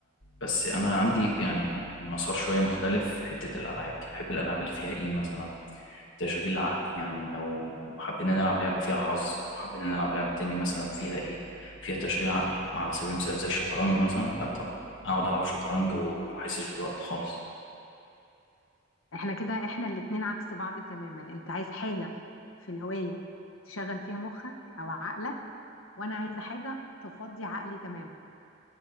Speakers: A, on the left (about 70°); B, on the left (about 85°).
A: بس أنا عندي يعني مسار شوية مختلف في حتة الألعاب دي بحب الألعاب اللي فيها إيه مثلا تشغيل العقل يعني لو حبينا نلعب لعبة فيها حظ وحبينا نلعب لعبة تاني مثلا فيها ايه فيها تشغيل عقل على سبيل المثال زي الشطرنج مثلا لا طبعا اقعد العب شطرنج وما احسش بالوقت خالص
B: احنا كده احنا الاتنين عكس بعض تماما انت عايز حاجة في الهواية تشغل فيها مخك او عقلك وانا عايزة حاجة تفضي عقلي تماما